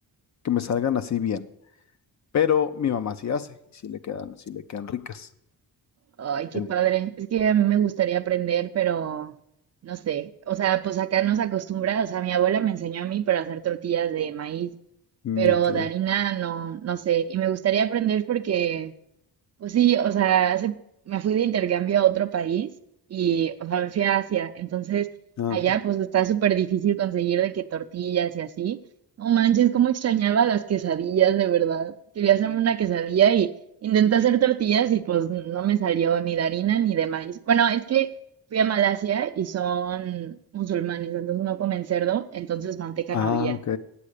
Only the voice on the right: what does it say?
Ay, qué
padre. Es que a mí me gustaría aprender, pero no sé. O sea, pues acá nos acostumbra, o sea, mi abuela me enseñó a mí, pero a hacer tortillas de maíz.
pero
de harina no, no sé. Y me gustaría aprender porque, pues sí, o sea, hace- me fui de intercambio a otro país y, o sea, me fui a Asia. Entonces,
allá
pues está súper difícil conseguir de que tortillas y así. No manches, cómo extrañaba las quesadillas, de verdad. Quería hacerme una quesadilla y intenté hacer tortillas y pues no me salió ni de harina ni de maíz. Bueno, es que fui a Malasia y son musulmanes, entonces no comen cerdo, entonces manteca
no había.